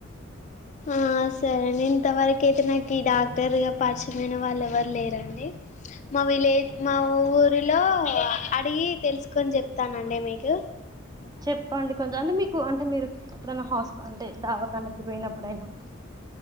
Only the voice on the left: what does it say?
ఆ సరే నెన్ ఇంత వరకైతే నాకీ డాక్టర్ పరిచమైన వాళ్ళు ఎవరు లేరండి మా విలేజ్ మా ఊరిలో అడిగి తెలుసుకొని చెప్తానండి మీకు